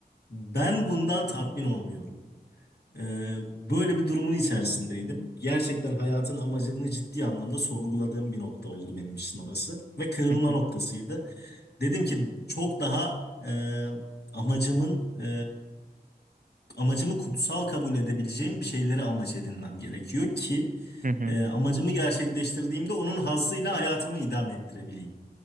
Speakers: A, on the left; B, on the right.
A: ben bundan tatmin olmuyorum. Ee, böyle bir durumun içerisindeydim. Gerçekten hayatın amacını ciddi anlamda sorguladığım bir nokta oldu benim için orası. Ve kırılma
B: hı hı,
A: noktasıydı. Dedim ki çok daha e, amacımın e, amacımı kutsal kabul edebileceğim bir şeylere amaç edinmem gerekiyor ki
B: hı hı.
A: e, amacımı gerçekleştirdiğimde onun hazzıyla hayatımı idame ettirebileyim.